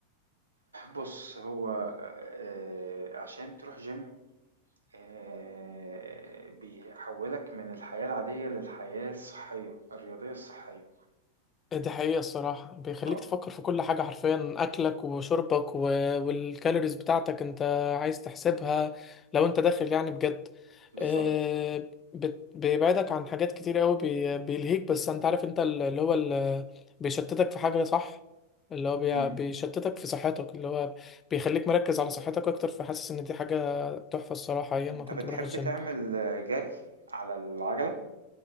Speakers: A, on the right (about 75°); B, on the left (about 25°).
A: بص هو آه، آه، عشان تروح جيم آه، بيحولك من الحياة العادية للحياة الصحية الرياضية الصحية
B: دي حقيقة الصراحة بيخليك
A: اه
B: تفكر في كل حاجة حرفيا أكلك وشربك و... والكالوريز بتاعتك أنت عايز تحسبها لو أنت داخل يعني بجد
A: بالضبط.
B: آه، بت- بيبعدك عن حاجات كتير قوي بي... بيلهيك بس أنت عارف أنت ال- اللي هو ال... بيشتتك في حاجة صح اللي هو بي...
A: إمم.
B: بيشتتك في صحتك اللي هو بيخليك مركز على صحتك أكتر فحاسس إن دي حاجة تحفة الصراحة أيام
A: أنت
B: ما كنت
A: بتحب
B: بروح الجيم
A: تعمل جري على العجلة